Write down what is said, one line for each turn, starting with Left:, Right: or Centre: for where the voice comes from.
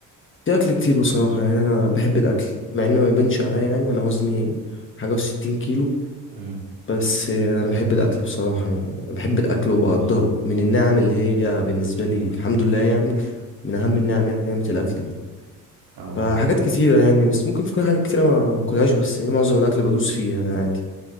Left: في اكل كتير بصراحه يعني انا بحب الاكل مع ان ما يبانش عليا يعني انا وزني حاجه وستين كيلو
Right: امم
Left: بس انا بحب الاكل بصراحه يعني بحب الاكل وبقدره من النعم اللي هي بالنسبه لي الحمد لله يعني من اهم النعم يعني نعمه الاكل دي
Right: اه والله
Left: فحاجات كتيره يعني بس ممكن تكون حاجات كتيره ما باكلهاش بس معظم الاكل بدوس فيه يعني عادي